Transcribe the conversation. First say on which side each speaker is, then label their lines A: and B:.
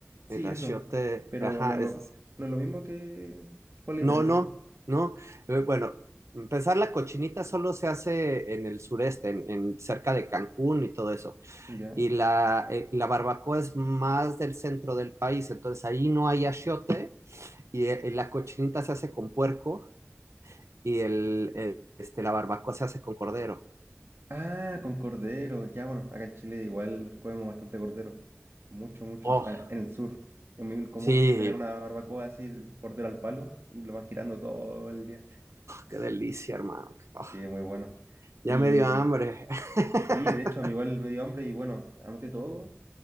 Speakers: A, on the right; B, on the right.
A: sí,
B: el achiote,
A: eso, pero
B: ajá,
A: no es lo,
B: eso es.
A: no es lo mismo que, ¿cuál es la
B: No,
A: diferencia?
B: no, no. Eh, Bueno, empezar la cochinita solo se hace en el sureste, en, en cerca de Cancún y todo eso.
A: Ya.
B: Y la, eh, la barbacoa es más del centro del país, entonces ahí no hay achiote y eh, la cochinita se hace con puerco y el, el- este, la barbacoa se hace con cordero.
A: Ah, con cordero. Ya, bueno, acá en Chile igual comemos bastante cordero. Mucho, mucho.
B: Oh,
A: O sea, en el sur es muy común
B: sí,
A: tener una barbacoa así, de cordero al palo, y lo van girando todo el día.
B: qué delicia, hermano. Oh,
A: Sí, muy bueno. Y
B: ya me dio hambre. <laughs>
A: sí, de hecho, a mí igual me dio hambre y bueno, anoté todo.